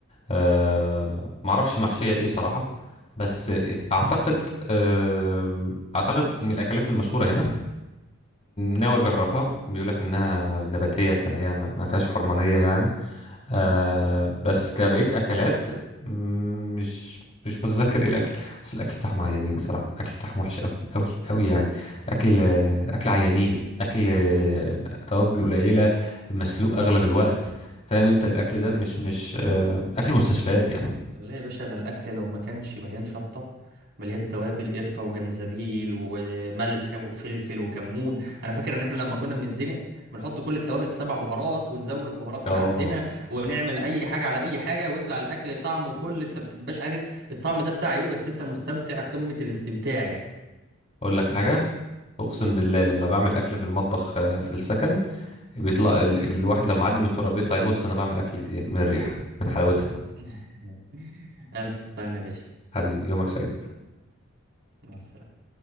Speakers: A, on the left (about 30°); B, on the right (about 60°).
A: آه معرفش محشيه ايه صراحه بس اعتقد آه اعتقد من الاكلات المشهوره هنا ناوي اجربها بيقولك انها نباتيه فهي ما ما فيهاش حرمانيه يعني آه
B: اه
A: بس كبقية أكلات مم، مش مش متذكر ايه الأكل بس الأكل بتاعهم عيانين صراحة الأكل بتاعهم وحش أوي أوي أوي يعني أكل آه، أكل عيانين أكل آه، توابل قليلة مسلوق أغلب الوقت فاهم أنت الأكل ده مش مش آه، أكل مستشفيات يعني
B: لا يا باشا انا الاكل لو ما كانش مليان شطه مليان توابل قرفه وجنزبيل وملح وفلفل وكمون انا فاكر ان احنا لما كنا بنتزنق بنحط كل التوابل سبع بهارات ونزود بهارات
A: اه
B: من عندنا ونعمل اي حاجه على اي حاجه ويطلع الاكل طعمه فل انت ما بتبقاش عارف الطعم ده بتاع ايه بس انت مستمتع قمه الاستمتاع يعني
A: أقول لك حاجة أقسم
B: قول
A: بالله لما بعمل أكل في المطبخ آه، في السكن بيطلع ال... الواحد لو معدي من التراب بيطلع يبص أنا بعمل أكل إيه من الريحة من حلاوتها
B: <laughs> الف هنا يا باشا
A: حبيبي يومك سعيد
B: مع السلامه